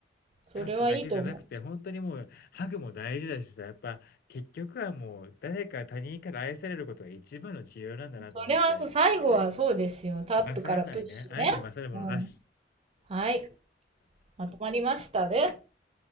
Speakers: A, on the right (about 35°); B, on the left (about 55°).
A: それはいいと思う。
B: タップだけじゃなくて、本当にもうハグも大事だしさ、やっぱ結局はもう誰か他人から愛されることが一番の治療なんだなと思って、
A: それはそう、最後はそうですよ。タップからプッシュね。
B: 勝らないね。愛に勝るものなし。
A: うん。はい。まとまりましたね。